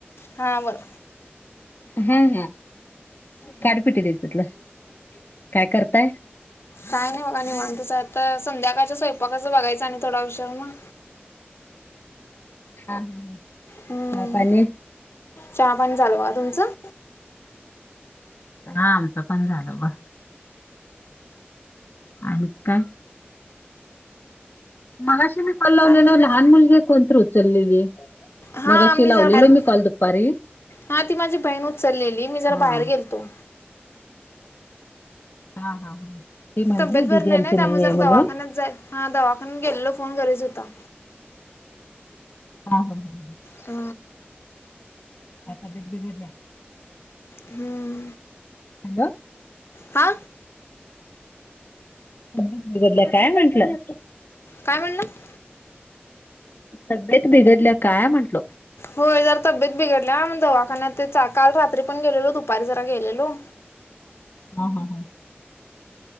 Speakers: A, on the left (about 80°); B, on the left (about 55°).
A: हा बोला
B: ह ह. काडीपिटी द्यायच्यातलं काय करताय?
A: काय नाही बघा निी म्हण तोच आता संध्याकाळच्या स्वयंपाकाचं बघायचं आणि थोडा विषवर मग
B: हा हा हा
A: हम्म
B: चहा पानी
A: चहा पण चालू तुमचं?
B: हा आमचं पण झालं ब आणि काय? मगाशी मी कलवलेल
A: काय म्हणलं
B: लहान मुलगी कोणतरी उचललेली
A: हा
B: मगाशी
A: मी
B: लावलेलो
A: जर बाहेर
B: मी कॉल दुपारी
A: हा ती माझी बहीण उचललेली मी जरा
B: हा
A: बाहेर गेलतो.
B: हा हा हा. ती म्हटली
A: तब्येत भर
B: दिदी
A: नाही
B: आमची
A: त्यामुळे जर
B: आहे म्हणून
A: दवाखान्यात जाय हा दवाखान्यात गेलेलो फोन घरीच होता
B: हा हा ह
A: ह
B: आता बेट बिघडल्या
A: हम्म
B: ह ना
A: हा
B: अ बदला काय म्हंटलं
A: काय म्हणलं
B: तब्येत बिघडल्या काय म्हंटल
A: होय जर तब्येत बिघड म दवाखान्यात ते काल रात्री पण गेलेलो दुपारी जरा गेलेलो
B: हा हा हा